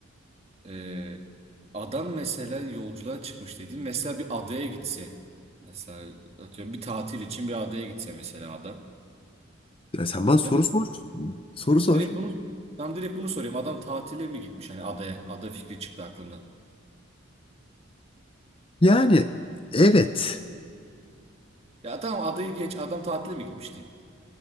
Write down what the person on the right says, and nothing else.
Ee, adam mesela yolculuğa çıkmış dedi. Mesela bir adaya gitse. Mesela atıyorum bir tatil için bir adaya gitse mesela adam.
Ya da
direkt bunu tam direkt bunu soruyorum. Adam tatile mi gitmiş hani adaya? Ada fikri çıktı aklımdan.
Ya tamam adayı geç. Adam tatile mi gitmiş diyeyim.